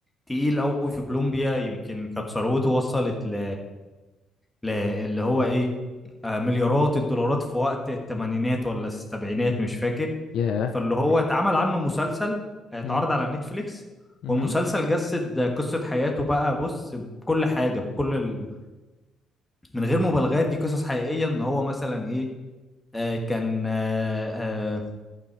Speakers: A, in the centre; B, on the left.
A: تقيل قوي في كولومبيا يمكن كانت ثروته وصلت ل... ل... اللي هو ايه آه، مليارات الدولارات في وقت الثمانينات ولا السبعينات مش فاكر
B: ياه
A: فاللي هو
B: اه
A: اتعمل عنه مسلسل آه، اتعرض
B: م-
A: على نتفليكس
B: مهم.
A: والمسلسل جسد آه، قصة حياته بقى بص بكل حاجة بكل ال... من غير مبالغات دي قصص حقيقية ان هو مثلا ايه آه، كان آه، آه،